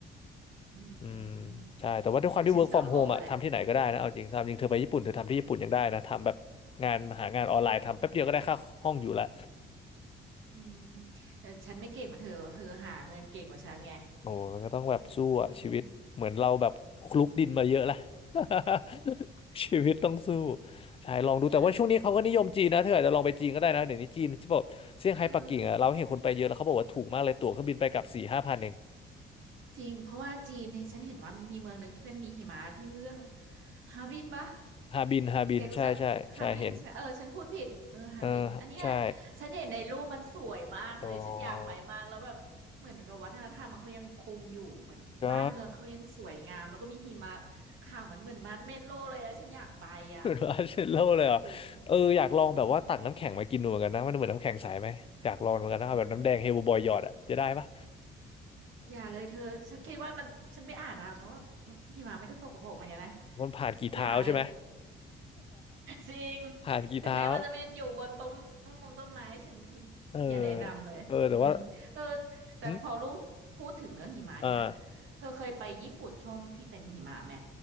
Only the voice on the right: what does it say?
อืมอืมอืม
แต่ฉันชอบเอาโปรแหละ
อืมแต่ฉันไม่เก่งเหมือนเธอเธอหาเงินเก่งกว่าฉันไง
อืม
เออเออ จริงเพราะว่าจีนเนี่ยฉันเห็นว่ามันมีเมืองหนึ่งที่มันมีหิมะที่เรื่องฮาร์บินปะ
แกรู้จักฮาร์บินใช่ไหมเออฉันพูดผิดเออฮาร์บินอันเนี้ย
ฉันเห็นในรูปมันสวยมากเลยฉันอยากไปมากแล้วแบบเหมือนกับวัฒนธรรมเขายังคงอยู่เหมือนบ้านเมืองเขายังสวยงามแล้วก็มีหิมะ
ขาวมันเหมือนมันเมดโลเลยอะฉันอยากไปอ่ะ
จริงอืมโอ้จะไปอย่าเลยเธอฉันคิดว่ามันฉันไปอ่านมาเนอะว่าหิมะมันก็สกปรกเหมือนกันนะ
อย่าเลย จริง
ถึงแม้ว่าจะเป็นอยู่บนต้นมมงต้นไม้ฉันก็กินอย่าแนะนำเลยอืมเออ
แต่พอลูกพูดถึงเรื่องหิมะเนี่ย
เธอเคยไปญี่ปุ่นช่วงที่เป็นหิมะไหม